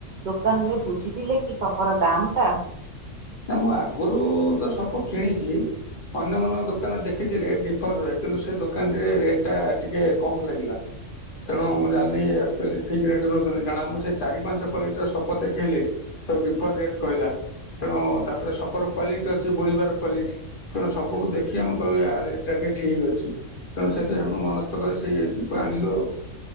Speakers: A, on the right (about 55°); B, on the left (about 45°).
A: ଦୋକାନରେ ବୁଝିଥିଲେ କି ସପର ଦାମ୍ ଟା?
B: ନା ମୁଁ ଆଗରୁ ତ ସବୁ କିଣିଚି ଅନ୍ୟମାନଙ୍କ ଦୋକାନରେ ଦେଖିଛି ରେଟ୍ <unintelligible> କିନ୍ତୁ ସେ ଦୋକାନ ରେଟ୍ ଟା ଟିକେ କମ ଲାଗିଲା। ତେଣୁ ମୁଁ ଜାଣିଲି <unintelligible> ଠିକ୍ ରେଟ୍ ଦଉଚନ୍ତି କାରଣ ଆମକୁ ସେ ଚାରି ପାଞ୍ଚ କ୍ୱଵାଲିଟିର ସପ ଦେଖେଲେ। ସବୁ ଡିଫର ରେଟ୍ କହିଲା। ତେଣୁ ତାପରେ ସପର କ୍ୱଵାଲିଟି ଅଛି ବୁଣିବାର କ୍ୱଵାଲିଟି। ତେଣୁ ସପକୁ ଦେଖି ଆମେ କହିଲୁ ଆରେ ଏଟା ଟିକେ ଠିକ ଅଛି। ତେଣୁ ସେଠି ଆମେ ମନସ୍ଥ କରି ସେଇ ଏକୁ ଆଣିଲୁ ଆଉ।